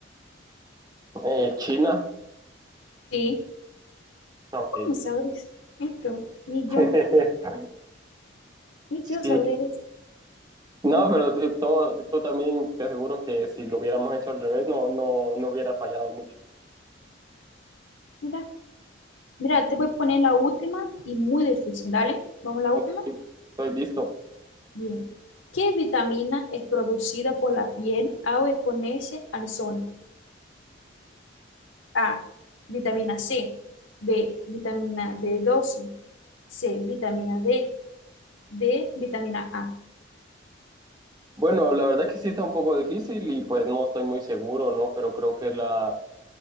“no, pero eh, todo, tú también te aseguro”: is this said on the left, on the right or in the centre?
Right